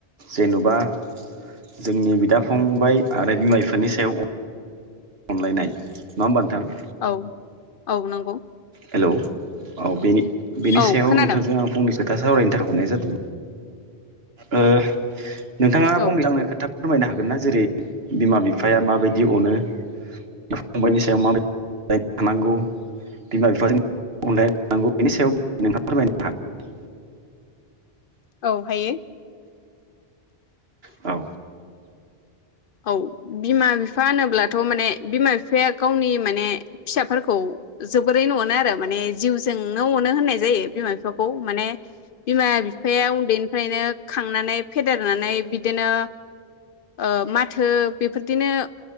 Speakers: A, on the right; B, on the left.
A: जेन'बा जोंनि बिदा-फंबाय आरो बिमा-बिफानि सायाव अनलायनाय नङा होमबा नोंथां?
B: औ औ नोंगौ।
A: हेलौ औ बेनि बेनि
B: औ
A: सायाव
B: खोनादों
A: नोंथांजों आं फंनैसो खोथा सावरायनो थाखाय हरनाय जादों ओ नोंथाङा फंनैसो
B: औ
A: आंनो खोथा फोरमायनो हागोन ना जेरै बिमा-बिफाया माबायदि अनो बिदा-फंबायनि सायाव माबायदि अनलायनाय थानांगौ। बिमा-बिफानि बेनि सायाव नोंथाङा फोरमायनो हागोन
B: औ हायो।
A: औ
B: औ बिमा-बिफा होनोब्लाथ' माने बिमा-बिफाया गावनि माने फिसाफोरखौ जोबोरैनो अनो आरो माने जिउजोंनो अनो होननाय जायो बिमा-बिफाखौ माने बिमा-बिफाया उन्दैनिफ्रायनो खांनानै फेदेरनानै बिदिनो ओ मा थो बेफोरदिनो